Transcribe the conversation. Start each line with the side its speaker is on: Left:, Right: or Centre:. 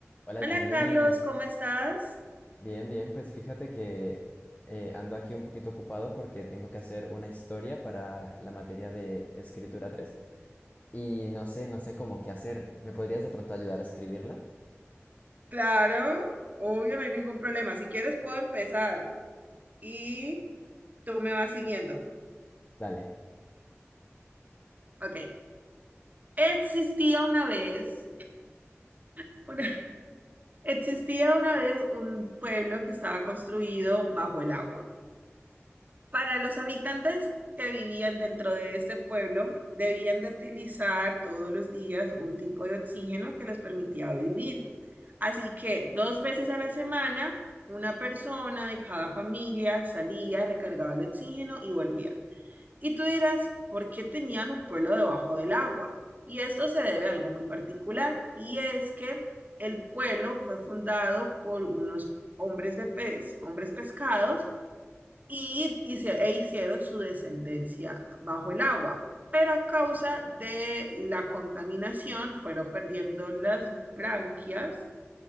Left: Hola
Right: Hola
Left: Janine,
Right: Carlos, ¿cómo estás?
Left: bien, bien, pues fíjate que eh, ando aquí un poquito ocupado porque tengo que hacer una historia para la materia de escritura 3 y no sé, no sé cómo qué hacer. ¿Me podrías de pronto ayudar a escribirla?
Right: Claro, obvio, no hay ningún problema. Si quieres, puedo empezar y tú me vas siguiendo.
Left: Dale.
Right: Ok. Existía una vez, <laughs> una- existía una vez un pueblo que estaba construido bajo el agua. Para los habitantes que vivían dentro de este pueblo, debían de utilizar todos los días un tipo de oxígeno que les permitía vivir. Así que dos veces a la semana, una persona de cada familia salía, recargaba el oxígeno y volvía. Y tú dirás, ¿por qué tenían un pueblo debajo del agua? Y esto se debe a algo muy particular, y es que el pueblo fue fundado por unos hombres de pez, hombres pescados, y, hice- e hicieron su descendencia bajo el agua, pero a causa de la contaminación fueron perdiendo las branquias